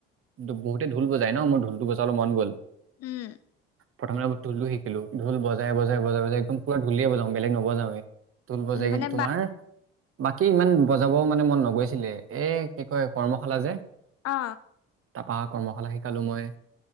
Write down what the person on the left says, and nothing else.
উম
উম মানে
বা
অ